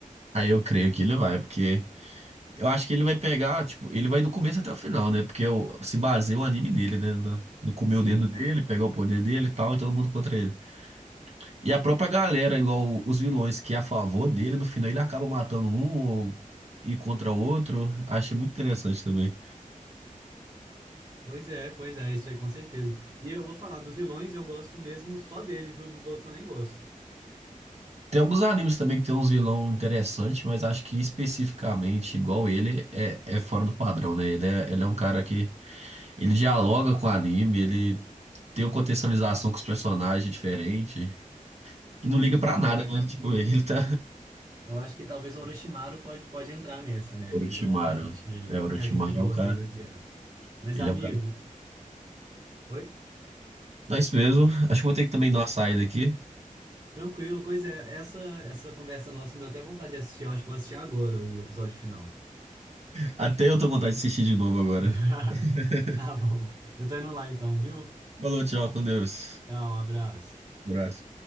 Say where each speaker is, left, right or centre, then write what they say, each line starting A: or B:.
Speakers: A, on the right; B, on the right.
A: Aí eu creio que ele vai, porque eu acho que ele vai pegar, tipo, ele vai do começo até o final, né? Porque o- se baseia o anime nele, né? No, no comer
B: Sim.
A: o dedo dele, pegar o poder dele e tal, e todo mundo contra ele. E a própria galera, igual os vilões que é a favor dele, no final ele acaba matando um ou e contra o outro. Achei muito interessante também.
B: Pois é, pois é, isso aí com certeza. E eu vou falar dos vilões, eu gosto mesmo só dele, viu? Dos outros eu nem gosto.
A: Tem alguns animes também que tem uns vilão interessantes, mas acho que especificamente igual ele é, é fora do padrão, né? Ele é, ele é um cara que ele dialoga com o anime, ele tem uma contextualização com os personagens diferente e não liga pra
B: Pois
A: nada,
B: é.
A: né? <laughs> Tipo, ele tá
B: Eu acho que talvez o Orochimaru pode, pode entrar nessa, né?
A: Orochimaru.
B: De vilão que a gente,
A: É, Orochimaru
B: que a gente gosta
A: é um cara,
B: de odiar. Mas,
A: ele
B: amigo,
A: é um cara.
B: oi?
A: Mas mesmo, acho que vou ter que também dar uma saída aqui.
B: Tranquilo, pois é, essa, essa conversa nossa me deu até vontade de assistir. Eu acho que vou assistir agora o episódio final.
A: Até eu tô com vontade de assistir de novo agora.
B: <laughs>
A: <laughs>
B: Tá bom. Eu tô indo lá então, viu?
A: Falou, tchau, com Deus.
B: Tchau, um abraço.
A: Abraço.